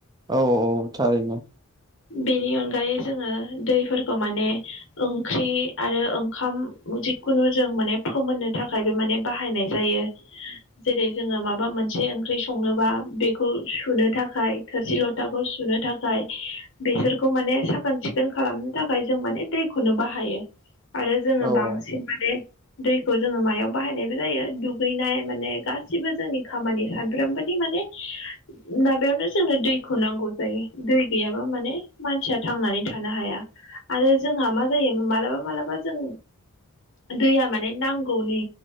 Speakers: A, on the right (about 20°); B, on the left (about 60°).
A: औ औ थारैनो
B: बेनि अनगायै जोङो दैफोरखौ माने ओंख्रि आरो ओंखाम जिखुनु जों माने फोमोननो थाखायबो माने बाहायनाय जायो जेरै जोङो माबा मोनसे ओंख्रि संनोबा बेखौ सुनो थाखाय थोरसि लथाखौ सुनो थाखाय बेसोरखौ माने साखोन-सिखोन खालामनो थाखाय जों माने दैखौनो बाहायो आरो जोङो
A: औ
B: बांसिन
A: औ
B: माने दैखौ जोङो मायाव बाहायनायबो जायो दुगैनाय माने गासिबो जोंनि खामानि सानफ्रोमबोनि माने माबायावनो जोंनो दैखौ नांगौ जायो दै गैयाबा माने मानसिया थांनानै थानो हाया आरो जोंहा मा जायो मालाबा मालाबा जों दैया माने नांगौनि